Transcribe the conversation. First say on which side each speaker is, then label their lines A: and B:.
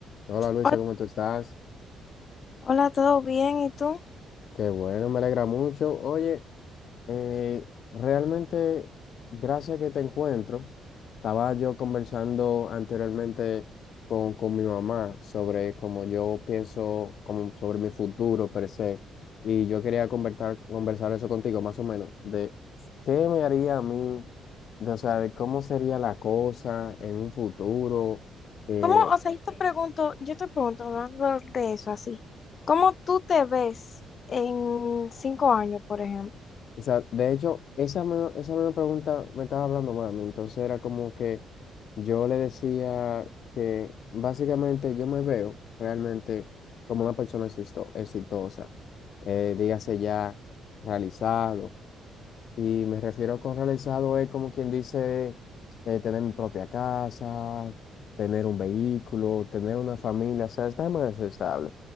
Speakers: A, on the left; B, on the left.
A: Hola Luisa,
B: Hola,
A: ¿cómo tú estás?
B: hola, ¿todo bien? ¿Y tú?
A: Qué bueno, me alegra mucho. Oye, eh, realmente, gracias que te encuentro. Estaba yo conversando anteriormente con, con mi mamá sobre cómo yo pienso como sobre mi futuro per se. Y yo quería conversar, conversar eso contigo, más o menos, de qué me haría a mí, de, o sea, de cómo sería la cosa en un futuro. eh,
B: ¿Cómo, o sea, yo te pregunto, yo te pregunto, hablando de eso así, ¿cómo tú te ves en cinco años, por ejemplo?
A: O sea, de hecho, esa, me esa misma pregunta me estaba hablando mami. Entonces era como que yo le decía que básicamente yo me veo realmente como una persona existo- exitosa, eh, dígase ya realizado. Y me refiero con realizado es como quien dice eh, tener mi propia casa, tener un vehículo, tener una familia, o sea, está más estable.